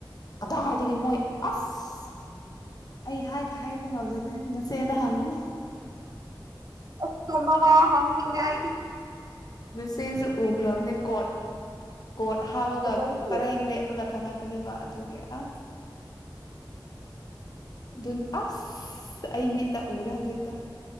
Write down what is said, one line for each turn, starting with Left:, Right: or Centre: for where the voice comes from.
Left: ꯀꯗꯥꯏꯋꯥꯏꯗꯒꯤ ꯃꯣꯏ ꯑꯁ ꯑꯩ ꯍꯥꯏꯒ ꯍꯥꯏꯕ ꯉꯝꯖꯗꯦ ꯟꯅ ꯁꯦꯗꯉꯣ
Right: ꯑꯗꯨꯒꯨꯝꯕ ꯋꯥ ꯍꯪꯅꯤꯡꯗꯦ ꯑꯩꯗꯤ
Left: ꯆꯦꯁꯨ ꯎꯈ꯭ꯔꯕꯅꯦ ꯀꯣꯠ ꯀꯣꯠ ꯍꯥꯞꯄꯒ
Right: ꯅꯊꯟꯇꯒꯤ
Left: ꯄꯔꯦꯡ ꯂꯦꯞꯂꯒ ꯊꯥꯒꯥꯏ ꯋꯥ ꯍꯧꯒꯦ ꯑ ꯑꯗꯨ ꯑꯁ ꯑꯩ ꯃꯤꯠꯇ ꯎꯔꯦ ꯍꯧꯖꯤꯛꯇꯣ